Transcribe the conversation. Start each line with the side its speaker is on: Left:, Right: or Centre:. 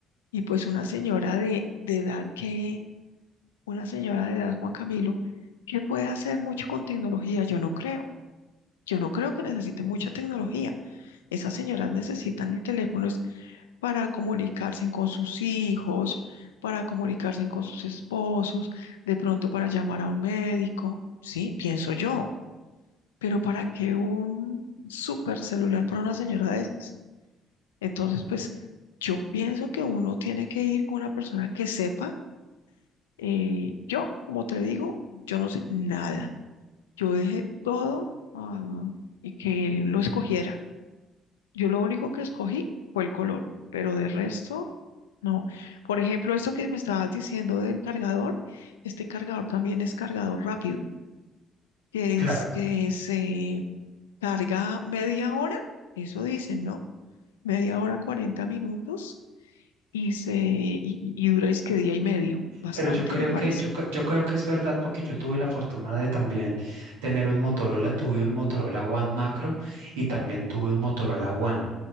Left: y pues una señora de, de edad que, una señora de edad, Juan Camilo, que puede hacer mucho con tecnología, yo no creo. Yo no creo que necesite mucha tecnología. Esas señoras necesitan el teléfono es para comunicarse con sus hijos, para comunicarse con sus esposos, de pronto para llamar a un médico, sí, pienso yo. Pero para que un super celular para una señora de esas. Entonces, pues yo pienso que uno tiene que ir con una persona que sepa. eh, yo, como te digo, yo no sé nada. Yo dejé todo ah, y que él lo escogiera. Yo lo único que escogí fue el color, pero de resto, no. Por ejemplo, esto que me estabas diciendo del cargador, este cargador también es cargador rápido, que
Right: claro
Left: es que se carga media hora, eso dicen, ¿no? Media hora, 40 minutos y se y, y- y dura es que día y medio, bastante
Right: Pero yo creo
Left: me parece.
Right: que, yo, cre- yo creo que es verdad porque yo tuve la fortuna de también tener un Motorola, tuve un Motorola One Macro y también tuve un Motorola One.